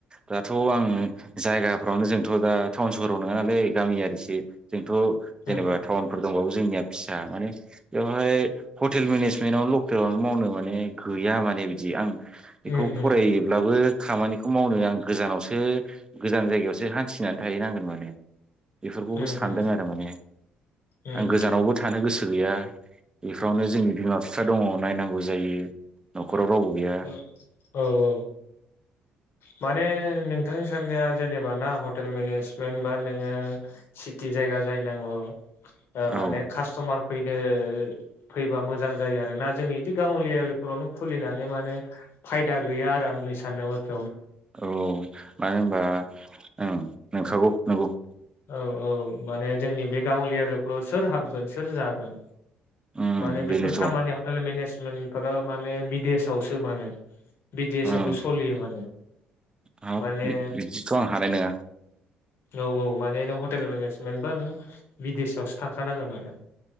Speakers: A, on the right (about 20°); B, on the left (about 60°).
A: दाथ' आं जायगाफ्रावनो जोंथ' दा टाउन सहराव नङा नालै गामियारिस जों थ' जेनेबा
B: उम
A: थावां फोर दं जोंनिआ फिसा माने बेआवनोलोय हटेल मेन्ज मेनावल खोलां मावनो माने गैया माने बिदि आं बेखौ
B: उम
A: फरायोब्लाबो खामानिखौ मावनो आं गोजानावसो गोजान जायगायावसो हान्थिनानै थाहैनांगोन माने। बेफोरखौबो
B: उम
A: सानदों
B: उम
A: आरो माने
B: उम
A: आं गोजानावबो थानो गोसो। गैया बेफोरावनो जोंनि बिमा बिफ दङ नायनांगौ जायो। रावबो गैया
B: औ औ। माने नोंथांनि सान्नाया। जेनेबा ना हटेल मेनेजमेन्ट बा नोङो सिटि जायगा जाहोयनांगौ। ओ माने
A: औ
B: कास्ट'मार। फैनो फैबा मोजां जायो आरो ना जोंनि। बिदि गाङलिआ फोरावनो खुलिनानै माने। फायदा गैया आरो आंनि साननायावाथ'।
A: औ मानो होनबा। ओं नंखागौ नंगौ।
B: औ औ माने जोंनि बे गांलिआ एरियाफ्राव सोर हाबगोन सोर जागोन।
A: उम
B: माने
A: बेनोथ'
B: बेफोर खामानि हटेल मेनेज मेनफोरा माने बिदि सावसो माने बिदेशआवसो
A: अ
B: सोलियो माने
A: हाब
B: माने
A: बिदिथ' आं हानाय नङा।
B: औ औ माने। बे नों हटेल मेनेजमेन्ट बा नों बिदेस आआवसो थांखानांगोन आरो।